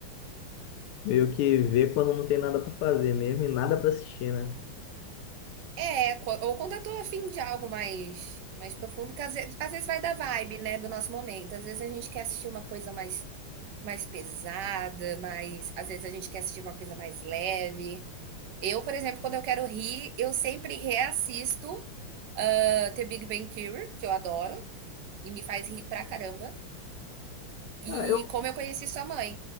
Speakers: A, on the left (about 85°); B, on the right (about 65°).
A: Meio que vê quando não tem nada pra fazer mesmo e nada pra assistir, né?
B: É, co- ou quando eu tô afim de algo mais, mais profundo, que às vezes, às vezes vai da vibe, né, do nosso momento. Às vezes a gente quer assistir uma coisa mais, mais pesada, mais, às vezes a gente quer assistir uma coisa mais leve. Eu, por exemplo, quando eu quero rir, eu sempre reassisto ah, The Big Bang Theory, que eu adoro, e me faz rir pra caramba.
A: Cara,
B: E
A: eu,
B: como eu conheci sua mãe.